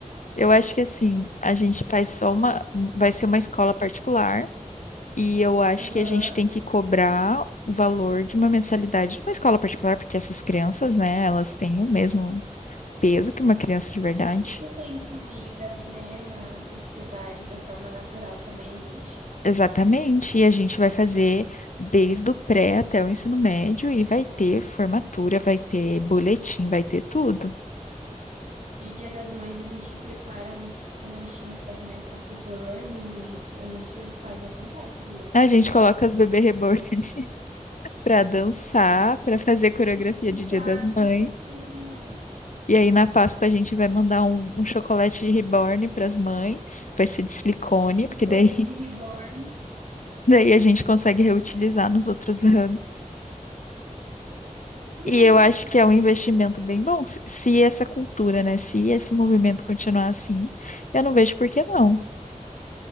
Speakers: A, on the left; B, on the right.
A: Eu acho que assim, a gente faz só uma, vai ser uma escola particular e eu acho
B: Aham.
A: que a gente tem que cobrar o valor de uma mensalidade de uma escola particular, porque essas crianças, né, elas têm o mesmo peso que uma criança de verdade.
B: Elas têm que ser incluídas, né, na sociedade da forma natural que a mãe existe.
A: Exatamente, e a gente vai fazer desde o pré até o ensino médio e vai ter formatura, vai ter boletim, vai ter tudo.
B: De Dia das Mães, a gente prepara um, um lanchinho para as mães com as Reborns. A gente, a gente faz e acontece ali. Eu
A: A
B: apoio.
A: gente coloca as bebê reborn <laughs> para dançar, para fazer coreografia
B: Meu Deus do
A: de
B: céu,
A: Dia das Mães.
B: que fofinho.
A: E aí, na Páscoa, a gente vai mandar um, um chocolate reborn para as mães. Vai ser de silicone,
B: O
A: porque
B: coelho
A: daí, <laughs>
B: de Reborn.
A: daí a gente consegue reutilizar nos outros anos.
B: <laughs>
A: E eu acho
B: Olha,
A: que é um investimento bem bom. Se, se essa cultura, né? Se esse movimento continuar assim, eu não vejo por que não.